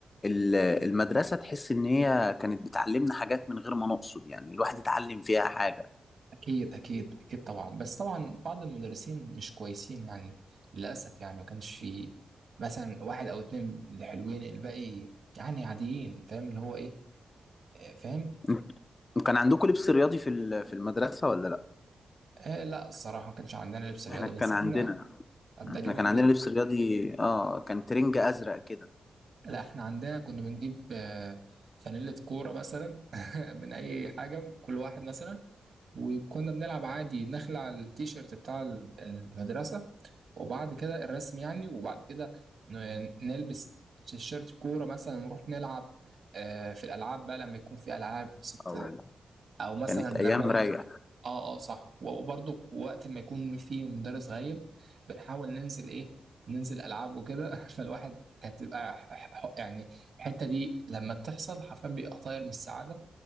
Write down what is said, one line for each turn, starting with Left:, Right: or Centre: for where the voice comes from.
Left: ال- المدرسة تحس ان هي كانت بتعلمنا حاجات من غير ما نقصد يعني الواحد يتعلم فيها حاجة
Right: أكيد أكيد أكيد طبعا بس طبعا بعض المدرسين مش كويسين يعني للأسف يعني ما كانش في مثلا واحد أو اتنين اللي حلوين الباقي يعني عاديين فاهم اللي هو إيه آه، فاهم
Left: أيوة. كان عندكم لبس رياضي في ال- في المدرسة ولا لا
Right: آه لا الصراحة ما كانش عندنا لبس رياضة
Left: احنا كان
Right: بس احنا
Left: عندنا
Right: طب
Left: احنا
Right: ده جميل
Left: كان عندنا
Right: جدا
Left: لبس رياضي اه كان ترنج ازرق كده
Right: لا احنا عندنا كنا بنجيب آه، فانيلة كورة مثلا <laughs> من أي حاجة كل واحد مثلا وكنا بنلعب عادي نخلع على التيشيرت بتاع ال- المدرسة وبعد كده الرسم يعني وبعد كده ن- نلبس تيشيرت كورة مثلا ونروح نلعب آه، في الألعاب بقى لما يكون في ألعاب ست
Left: اه والله
Right: أو مثلا
Left: كانت
Right: لما
Left: ايام رايقه
Right: اه اه صح وبرضه وقت ما يكون في مدرس غايب بنحاول ننزل ايه ننزل العاب وكده <laughs> فالواحد كانت بتبقى ح- ح- يعني الحته دي لما بتحصل حرفيا بيبقى طاير من السعاده